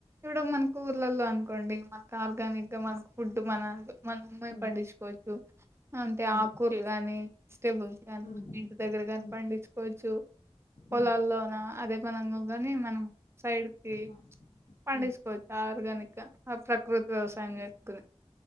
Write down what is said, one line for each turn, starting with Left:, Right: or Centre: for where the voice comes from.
Right: ఇడం మనకు ఊర్లల్లో అనుకోండి మనకి ఆర్గానిక్ గా మన ఫుడ్ మన మన అమ్మాయి
Left: ఉమ్,
Right: పండించుకోవచ్చు అంటే
Left: అవును
Right: ఆకూలు గాని వెటబుల్స్ కాని
Left: ఉమ్,
Right: మన ఇంటి దగ్గర కాని
Left: ఉమ్,
Right: పండించుకోవచ్చు పొలాల్లోన
Left: ఉమ్,
Right: అదే మనంగా కాని మనం సైడ్ కి
Left: ఆ,
Right: పండించకోవచ్చు
Left: ఉమ్,
Right: ఆరుగాని ఆ ప్రకృతి వ్యవసాయం చేసుకుని